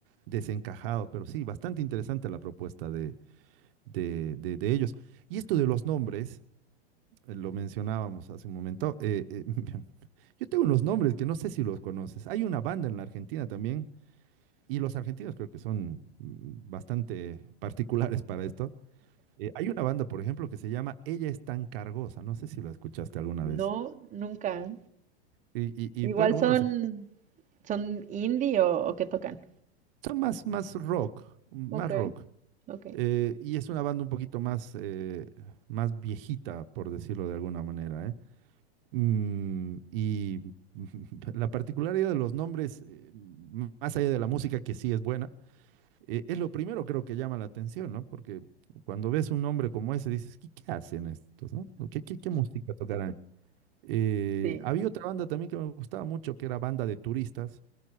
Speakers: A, on the right; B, on the right.
A: desencajado, pero sí, bastante interesante la propuesta de, de de- de ellos. Y esto de los nombres eh, lo mencionábamos hace un momento. eh, eh, <laughs> yo tengo unos nombres que no sé si los conoces. Hay una banda en la Argentina también, y los argentinos creo que son mm, bastante particulares para esto. Eh, hay una banda, por ejemplo, que se llama Ella es tan cargosa. No sé si la escuchaste alguna vez.
B: No, nunca.
A: Y, y- y,
B: Igual
A: bueno,
B: son,
A: uno se...
B: son indie o, o qué tocan.
A: Son más, más rock, más
B: Ok,
A: rock.
B: ok.
A: Eh, y es una banda un poquito más, eh, más viejita, por decirlo de alguna manera, ¿eh? Mm, y <laughs> la particularidad de los nombres, eh, m- más allá de la música que sí es buena, eh, es lo primero creo que llama la atención, ¿no? Porque cuando ves un nombre como ese dices, ¿qué, qué hacen estos, no? ¿No? ¿Qué, qué, qué música tocarán? Eh,
B: Sí.
A: había otra banda también que me gustaba mucho, que era Banda de Turistas,